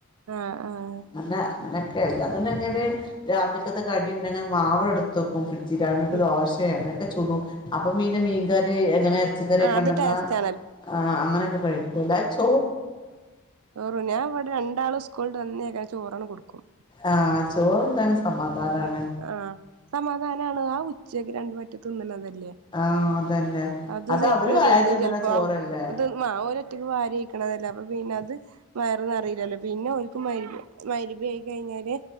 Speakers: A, on the right; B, on the left.
A: ആഹ് ആഹ്
B: അങ്ങനെ അങ്ങനെയൊക്കെ എല്ലാന്ന്ണ്ടെങ്ങെല് രാവിലെക്കത്തെ കടിണ്ടെങ്ങെ മാവ് ഇട്ത്തെക്കും ഫ്രഡ് ജ്ല് അതോണ്ട് രണ്ട്
A: ഉം
B: ദോശേ അങ്ങനെയൊക്കെ ചുടും അപ്പൊ പിന്നെ മീൻകറി എങ്ങനെ എർച്ചിക്കറിയൊക്കെ
A: ആഹ് അത്
B: ഇണ്ടെങ്ങാ
A: ടേസ്റ്റ്
B: അഹ് ആഹ് അങ്ങനെയൊക്കെ കഴിക്കും അല്ലാതെ ചോ
A: ചോറു ഞാൻ ഇവടെ രണ്ടാള് സ്കൂൾട്ട് വന്നേക്കെന്നെ ചോറാണ് കൊട്ക്കും
B: ആഹ് ചോറ് ഇന്ടെങ്ങെ സമാധാനാണ്
A: ആഹ് സമാധാനാണ് ആ ഉച്ചക്ക് രണ്ട് വറ്റ് തിന്ന്ണതല്ലേ
B: ആഹ് അതന്നെ
A: അത് സെര്ക്ക്ന്
B: അവര് വാരി
A: തിന്നും
B: തിന്നണ
A: ചെൽപ്പൊ
B: ചോറല്ലേ
A: അവ് ത്ത്ന്നാ ഓല് ഒറ്റക്ക് വാരി വെയ്ക്ക്ണതല്ലെ അപ്പ പിന്നെ അത് വയറ് നെറീലല്ലോ പിന്നെ ഒല്ക്ക് മഹ് മഹ് രിബേയി കഴിഞ്ഞാല്